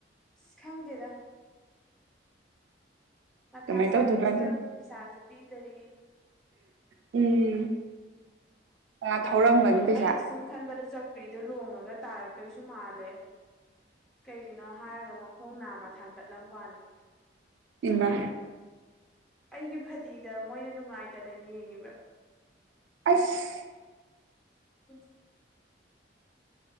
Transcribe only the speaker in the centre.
ꯁꯤꯁ ꯈꯪꯗꯦꯗ ꯃꯊꯥ
ꯁꯥꯏ
ꯍꯣꯁꯇꯦꯜ
ꯄꯩꯁꯥꯖꯨ ꯄꯤꯗꯔꯤ
ꯑꯩꯅ ꯁꯨꯝ ꯈꯟꯕꯗ ꯆꯧꯀ꯭ꯔꯤꯗꯣ ꯂꯣꯡꯉꯒ ꯇꯥꯔꯛꯇꯣꯏꯁꯨ ꯃꯥꯜꯂꯦ ꯀꯩꯒꯤꯅꯣ ꯍꯥꯏꯔꯒ ꯃꯈꯣꯡ ꯅꯥꯝꯃ ꯊꯥꯡꯀꯠꯂꯝꯕꯥꯎꯅꯦ
ꯑꯩꯒꯤ ꯐꯗꯤꯗ ꯃꯣꯏꯅ ꯅꯨꯡꯉꯥꯏꯇꯅ ꯌꯦꯡꯉꯤꯕ
<unintelligible>